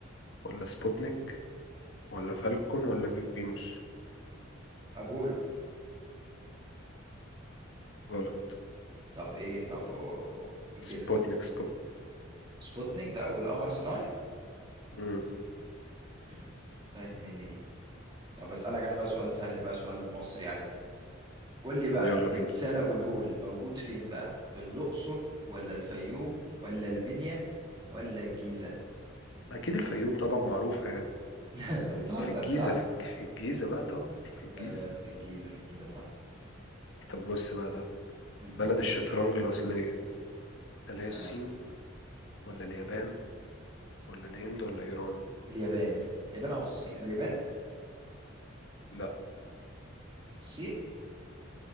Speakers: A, on the left (about 60°); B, on the right (about 25°).
A: ولا سبوتنيك ولا فالكون ولا فينوس
B: ابولو
A: غلط
B: طب ايه طب أو... أو... ايه كده
A: سبوتنيك سبوتنيك
B: سبوتنيك ده اول قمر صناعي
A: مم.
B: مم. انتهت مني دي طب اسالك انا بقى سؤال سهل بقى سؤال مصري عادي قول لي بقى
A: يلا
B: تمثال
A: بينا
B: ابو الهول موجود فين بقى في الاقصر ولا الفيوم ولا المنيا ولا الجيزه
A: أكيد الفيوم طبعا معروفة يعني
B: <laughs> لا لا، انت بتهزر
A: في الجيزة
B: صح
A: في في الجيزة بقى طبعا في الجيزة
B: لا لا في الجيزه في الجيزه صح
A: طب بص بقى ده
B: مم.
A: بلد الشطرنج الأصلية اللي هي الصين
B: اه
A: ولا اليابان ولا الهند ولا إيران
B: اليابان اليابان او الصين اليابان
A: لا
B: الصين